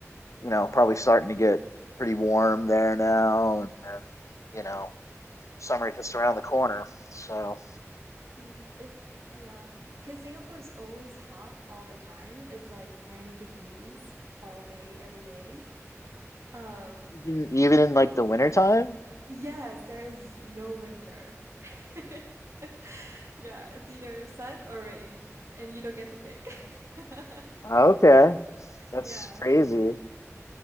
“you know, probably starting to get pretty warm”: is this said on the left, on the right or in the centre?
Left